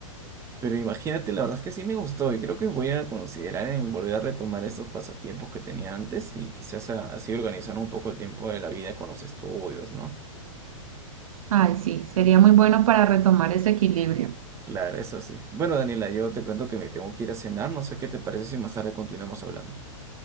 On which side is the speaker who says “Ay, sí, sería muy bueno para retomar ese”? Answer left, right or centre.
Right